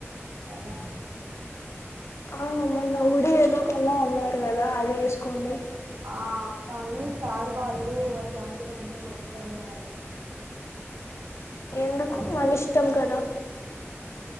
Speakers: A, on the right; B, on the left.
A: ఉంతకు
B: ఆ మొన్న హుడీ ఏదో కొన్నా అన్నారు కదా అదే వేసుకోండి
A: ఆ! కానీ సార్ వాళ్ళు అట్లాంటివన్నీ వద్దన్నారు
B: ఎందుకు
A: అంటే
B: మన ఇష్టం కదా